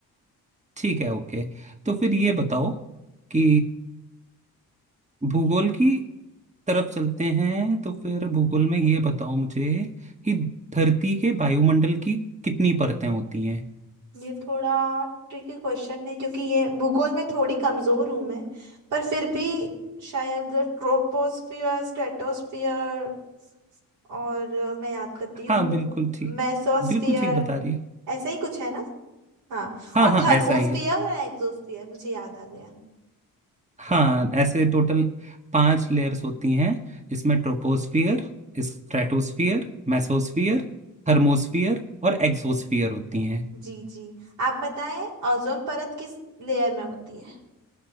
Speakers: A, on the right (about 15°); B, on the right (about 85°).
A: ठीक है ओके तो फिर ये बताओ कि भूगोल की तरफ चलते हैं तो फिर भूगोल में ये बताओ मुझे कि धरती के वायुमंडल की कितनी परतें होती हैं
B: ये थोड़ा ट्रिकी क्वेश्चन है क्योंकि ये भूगोल में थोड़ी कमजोर हूँ मैं पर फिर भी शायद ट्रोपोस्फियर स्ट्रेटोस्फियर और अ, मैं याद करती हूँ
A: हाँ बिल्कुल ठीक
B: मेसोस्फियर
A: बिल्कुल ठीक बता रही है
B: ऐसा ही कुछ है ना हाँ
A: हाँ
B: और
A: हाँ
B: थर्मोस्फियर
A: ऐसा ही है
B: और एक्सोस्फियर मुझे याद आ गया
A: हाँ ऐसे टोटल पांच लेयर्स होती हैं इसमें ट्रोपोस्फियर स्ट्रेटोस्फियर मेसोस्फियर थर्मोस्फियर और एक्सोस्फियर होती हैं
B: जी जी आप बताएं ओजोन परत किस लेयर में होती है